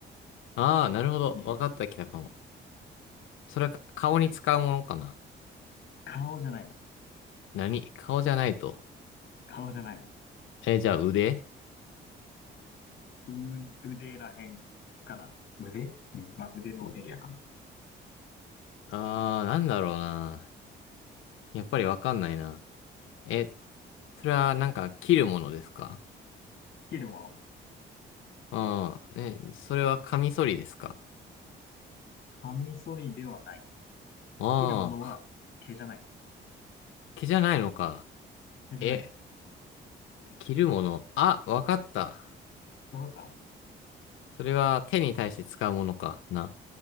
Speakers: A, on the left; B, on the left.
A: ああー、なるほど。
B: いいね。
A: わかったきたかも。それはか顔に使うものかな。
B: 顔じゃないな。
A: 何顔じゃないと。
B: 顔じゃない。
A: え、じゃあ腕
B: う、腕らへんかな。腕うん。まあ、腕のエリアかな。
A: 腕。ああ、なんだろうな。やっぱりわかんないな。え、それはなんか切るものですか
B: 切るもの。
A: ああー、え、それはカミソリですか
B: カミソリではない。
A: ああー、
B: 切るものは毛じゃない。
A: 毛じゃないのか。
B: 毛じゃない。
A: え、切るもの。あ、わかった。
B: わかった
A: それは手に対して使うものかな。